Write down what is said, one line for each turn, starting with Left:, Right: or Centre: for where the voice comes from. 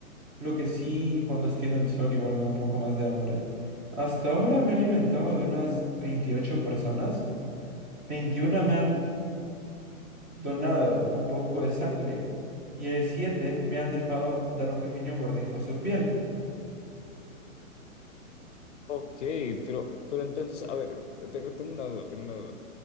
Right: Lo que sí, cuando estoy en el sol, igual me da un poco más de hambre. Hasta ahora me he alimentado de unas 28 personas. veintiuna me han donado un poco de sangre. Y 7 me han dejado dar un pequeño mordisco a su piel.
Left: Ok, pero, pero entonces, a ver, tengo, tengo una duda, tengo una duda.